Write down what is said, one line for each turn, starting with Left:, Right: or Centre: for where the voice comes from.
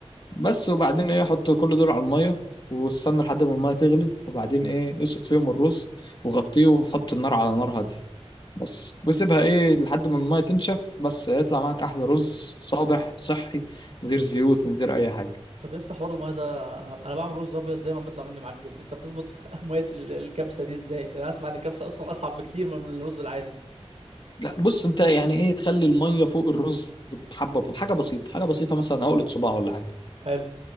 Left: بس وبعدين ايه حط كل دول على الميه واستنى لحد ما الميه تغلي وبعدين ايه اسقط فيهم الرز وغطيه وحط النار على نار هاديه بس وسيبها ايه لحد ما الميه تنشف بس هيطلع معاك احلى رز صابح صحي من غير زيوت من غير اي حاجه
Right: طب يا اسطى حوار الميه ده انا انا بعمل رز ابيض دايما بيطلع مني معجن انت بتظبط <laughs> ميه ال- الكبسه دي ازاي انا اسمع ان الكبسه اصلا اصعب بكتير من من الرز العادي
Left: لا بص انت يعني ايه تخلي الميه فوق الرز بحبه بحاجه بسيطه حاجه بسيطه مثلا عقله صباع ولا حاجه
Right: حلو